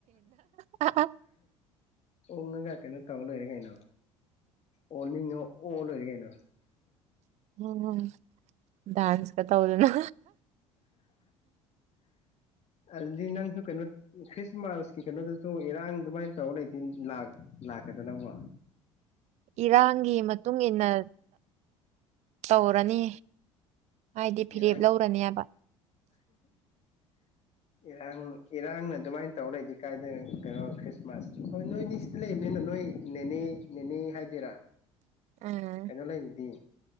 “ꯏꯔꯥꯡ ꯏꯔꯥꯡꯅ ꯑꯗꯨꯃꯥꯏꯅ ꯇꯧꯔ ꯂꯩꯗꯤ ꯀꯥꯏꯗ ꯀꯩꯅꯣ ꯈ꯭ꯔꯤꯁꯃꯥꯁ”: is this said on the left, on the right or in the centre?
Left